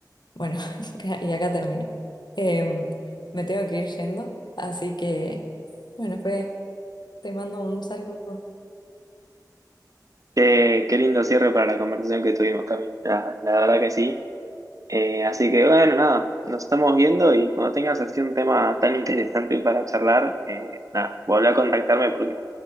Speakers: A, on the left; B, on the right.
A: Bueno, <laughs> y acá termino. Em, me tengo que ir yendo, así que, bueno, pues te mando un saludo.
B: Eh, qué lindo cierre para la conversación que tuvimos, Cami. La, la verdad que sí. Eh, así que bueno, nada, nos estamos viendo y cuando tengas así un tema tan interesante para charlar, eh, nada, volví a contactarme porque